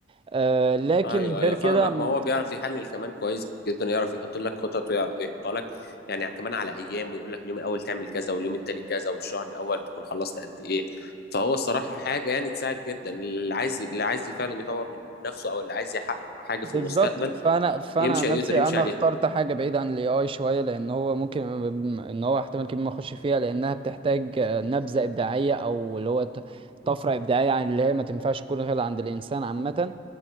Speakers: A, on the right; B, on the left.
A: آه لكن
B: ايوه ايوه
A: غير كده
B: فاهمك
A: م-
B: ما هو بيعرف يحلل كمان كويس جدا يعرف يحط لك خطط ويع- ويحطها لك يعني كمان على ايام ويقول لك اليوم الاول تعمل كذا واليوم التاني كذا والشهر الاول تكون خلصت قد ايه فهو الصراحه حاجه يعني تساعد جدا اللي عايز اللي عايز فعلا يطور من نفسه او اللي عايز يحقق حاجه
A: بالظبط
B: في المستقبل
A: فانا فانا
B: يمشي
A: عن نفسي
B: يقدر يمشي
A: انا
B: عليها
A: اخترت حاجه بعيده عن الاي اي شويه لان هو ممكن م- ان هو احتمال كبير ما اخش فيها لانها بتحتاج آه، نبذه ابداعيه او اللي هو ط- طفره ابداعيه عن اللي هي ما تنفعش تكون غير عند الانسان عامه